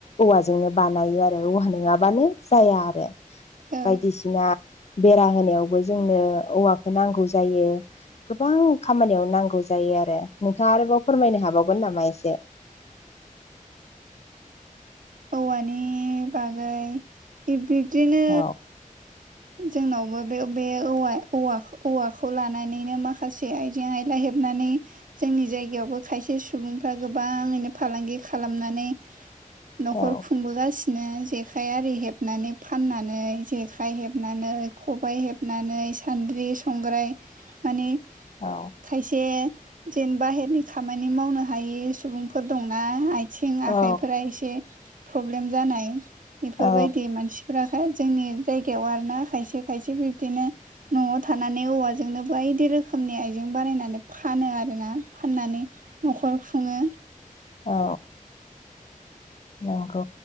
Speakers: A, on the left; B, on the right.
A: औवा जोंनो बानायो आरो औवा नङाबानो जाया आरो
B: औ
A: बायदिसिना बेरा होनायावबो जोंनो औवाखौ नांगौ जायो गोबां खामानियाव नांगौ जायो आरो। नोंथाङा आरोबाव फोरमायनो हाबावगोन नामा एसे?
B: औवानि बागै बिबदिनो
A: औ
B: जोंनावबो बे बे औवा औवाखौ औवा लानानैनो माखासे बे आइजें आइला हेबनानै जोंनि जायगायावबो खायसे सुबुंफ्रा गोबाङैनो फालांगि खालामनानै न'खर
A: औ
B: खुंबोगासिनो जेखाइ आरि हेबनानै फाननानै जेखाइ हेबनानै खबाइ हेबनानै सान्द्रि संग्राय माने
A: औ
B: खायसे जेन बाहेरनि खामानि मावनो हायि सुबुंफोर दंना आय थिं आखाइफोरा
A: औ
B: एसे प्रब्लेम जानाय बेफोरबायदि
A: औ
B: मानसि फुराख जोंनि जायगायाव आर ना खायसे खायसे बिबदिनो न'आव थानानै औवाजोंनो बायदि रोखोमनि आइजें बानायायनानै फानो आरोना फाननानै न'खर खुङो।
A: औ नंगौ